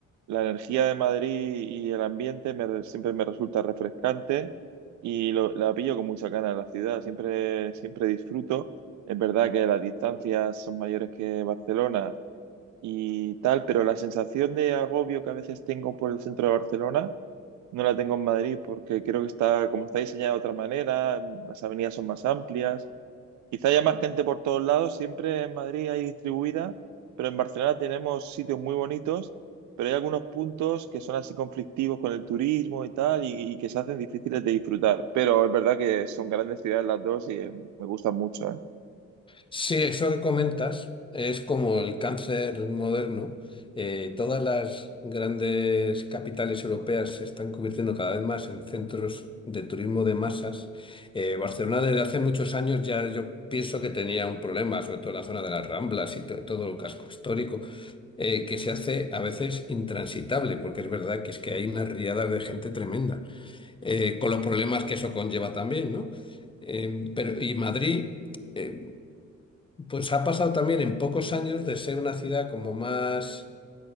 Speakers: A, on the right; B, on the left.
A: la energía de Madrid y el ambiente me- siempre me resulta refrescante y lo- la pillo con muchas ganas la ciudad, siempre, siempre disfruto. Es verdad que las distancias son mayores que Barcelona y tal, pero la sensación de agobio que a veces tengo por el centro de Barcelona no la tengo en Madrid porque creo que está, como está diseñada de otra manera, las avenidas son más amplias, quizá haya más gente por todos lados, siempre en Madrid hay distribuida, pero en Barcelona tenemos sitios muy bonitos, pero hay algunos puntos que son así conflictivos con el turismo y tal y, y que se hacen difíciles de disfrutar, pero es verdad que son grandes ciudades las dos y eh, me gustan mucho, ¿eh?
B: Sí, eso que comentas es como el cáncer moderno. Eh, todas las grandes capitales europeas se están convirtiendo cada vez más en centros de turismo de masas. Eh, Barcelona desde hace muchos años ya yo pienso que tenía un problema, sobre todo en la zona de las Ramblas y to- todo el casco histórico. eh, que se hace a veces intransitable, porque es verdad que es que hay unas riadas de gente tremenda, eh, con los problemas que eso conlleva también, ¿no? Eh, pero, y Madrid, eh, pues ha pasado también en pocos años de ser una ciudad como más